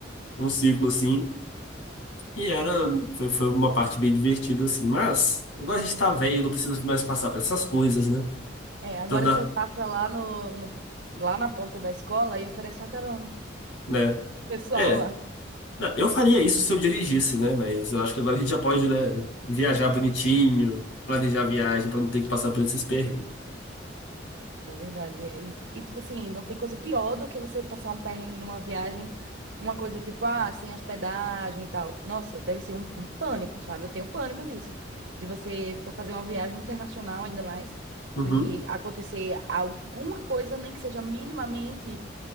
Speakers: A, on the left; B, on the right.
A: um ciclo assim, e era foi, foi uma parte bem divertida assim, mas agora a gente tá velho, não precisa mais passar por essas coisas, né?
B: É, agora
A: Então dá,
B: você passa lá no, no- lá na porta da escola e oferece uma carona.
A: né?
B: Pessoal
A: É,
B: lá.
A: não, eu faria isso se eu dirigisse, né? Mas eu acho que agora a gente já pode, né, viajar bonitinho, planejar a viagem pra não ter que passar por esses perrengues.
B: É verdade. E, e, tipo assim, não tem coisa pior do que você passar um perrengue numa viagem, uma coisa tipo, ah, sem hospedagem e tal. Nossa, deve ser um, um pânico, sabe? Eu tenho pânico disso. De você for fazer uma viagem internacional ainda mais
A: Uhum.
B: e acontecer alguma coisa, nem que seja minimamente